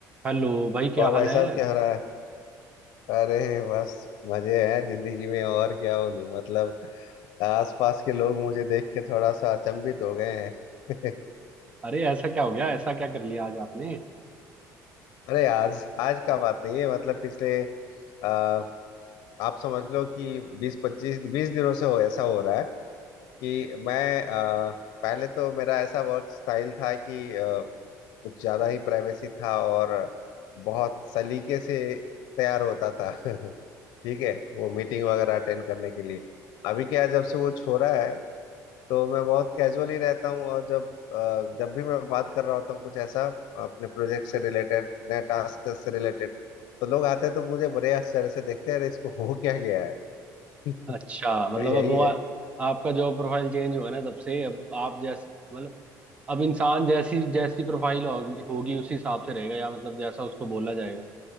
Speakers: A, on the right (about 20°); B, on the left (about 70°).
A: हेलो भाई क्या
B: और
A: हाल
B: भाई
A: है
B: साहब क्या हो रहा है अरे बस मजे हैं जिंदगी में और क्या बोलूं मतलब आसपास के लोग मुझे देख के थोड़ा सा अचंभित हो गए हैं
A: अरे ऐसा क्या हो गया ऐसा क्या कर लिया आज आपने
B: <laughs> अरे आज आज का बात नहीं है मतलब पिछले आ, आप समझ लो कि बीस पच्चीस बीस दिनों से हो ऐसा हो रहा है कि मैं आ, पहले तो मेरा ऐसा वर्क स्टाइल था कि आ, कुछ ज्यादा ही प्राइवेसी था और बहुत सलीके से तैयार होता था <laughs> ठीक है वो मीटिंग वगैरह अटेंड करने के लिए अभी क्या है, जब से वो छोरा है तो मैं बहुत कैजुअली रहता हूँ और जब अ, जब भी मैं बात कर रहा होता हूँ कुछ ऐसा अपने प्रोजेक्ट से रिलेटेड नए टास्क से रिलेटेड तो लोग आते हैं तो मुझे बड़े आश्चर्य से देखते हैं अरे इसको हो क्या गया है <laughs>
A: अच्छा
B: तो
A: मतलब
B: यही
A: अब वो
B: है
A: आ, आपका जो प्रोफाइल चेंज हुआ ना तब से अब आप जैसे मतलब अब इंसान जैसी जैसी प्रोफाइल होगी होगी उसी हिसाब से रहेगा या मतलब जैसा उसको बोला जाएगा